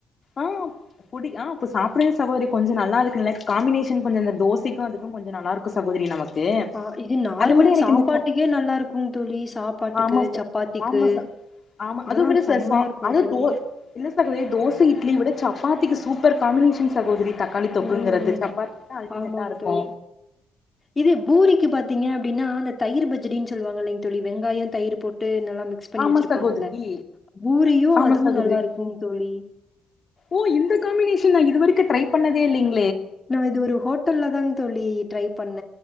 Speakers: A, on the left; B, on the left.
A: ஆஹ் புடி ஆஹ அப்ப சாப்பிடவே சகோதரி கொஞ்சம் நல்லா இருக்குக் காம்பினேஷன் கொஞ்ச அந்த தோசைக்கும் அதுக்கும் கொஞ்சம் நல்லா இருக்கும் சகோதரி நமக்கு
B: ஆஹ் இது நார்மல்
A: அத விட எனக்கு
B: சாப்பாட்டுக்கே
A: இந்த
B: நல்லா இருக்கும் தோழி சா சப்பாட்டுக்கு
A: ஆமா ச
B: சப்பாத்திக்கு
A: ஆமா ச ஆமா
B: இதெலாம்
A: அது விட
B: செம்மையா
A: ச சா
B: இருக்கும்
A: அது
B: தோழி
A: தோ <unintelligible> தோசை இட்லிய விட சப்பாத்திக்கு சூப்பர் காம்பினேஷன் சகோதரி தக்காளி தொக்குங்கிறது
B: ம்
A: சப்பாத்தி தா அல்டிமேட்டா
B: ஆமாங்
A: இருக்கு
B: தோழி இது பூரிக்கு பாத்தீங்க அப்டின்னா அந்த தயிர் பச்சடின்னு சொல்லுவாங்கல்லைங்க தோழி வெங்காய தயிர் போட்டு நல்லா மிக்ஸ் பண்ணி
A: ஆமா
B: வச்சிருப்பாங்கல்ல
A: சகோதரி
B: பூரியும்
A: ஆமா
B: அதுவும்
A: சகோதரி
B: நல்லா இருக்கும் தோழி
A: ஓ இந்த காம்பினேஷன் நா இது வரைக்கு ட்ரை பண்ணதே இல்லிங்க
B: நான் இது ஒரு ஹோட்டல்ல தான்ங்கு தோழி ட்ரை பண்ண